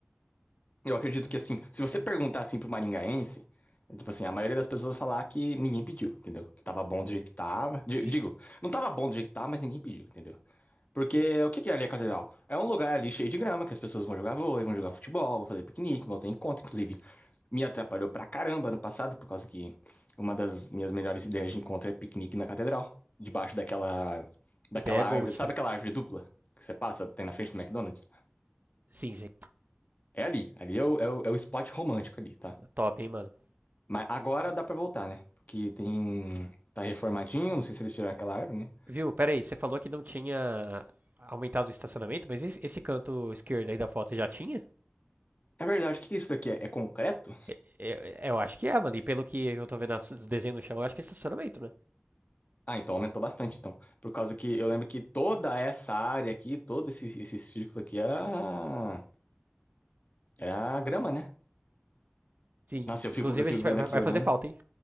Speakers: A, on the left; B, on the right.
A: eu acredito que assim, se você perguntar assim pro maringaense, é tipo assim, a maioria das pessoas vai falar que ninguém pediu, entendeu? Que tava bom do jeito que tava. Di-
B: Sim.
A: Digo, não tava bom do jeito que tava, mas ninguém pediu, entendeu? Porque o que que é ali a catedral? É um lugar ali cheio de grama, que as pessoas vão jogar vôlei, vão jogar futebol, vão fazer piquenique, vão ter encontro, inclusive. Me atrapalhou pra caramba no passado, por causa que uma das minhas melhores ideias de encontro é piquenique na catedral, debaixo daquela, daquela
B: Ideia é
A: árvore,
B: Gold,
A: sabe
B: tá?
A: aquela árvore dupla que você passa, tem na frente do McDonald's?
B: Sim, sim.
A: É ali, ali é o, é o, é o spot romântico ali, tá?
B: É Top, hein, mano.
A: Mas agora dá pra voltar, né? Porque tem, tá reformadinho, não sei se eles tiraram aquela árvore, né?
B: Viu? Pera aí, você falou que não tinha aumentado o estacionamento, mas esse, esse canto esquerdo aí da foto já tinha?
A: É verdade, o que que é isso daqui é? É concreto?
B: É- é- é, Eu acho que é, mano. E pelo que eu tô vendo as- o desenho no chão, eu acho que é estacionamento, né?
A: Ah, então aumentou bastante, então. Por causa que eu lembro que toda essa área aqui, todo esse, esse círculo aqui era, era grama, né?
B: Sim.
A: Nossa, eu fico,
B: Inclusive
A: eu fico
B: a gente
A: vendo
B: vai, vai-
A: aqui
B: vai
A: olhando.
B: fazer falta, hein?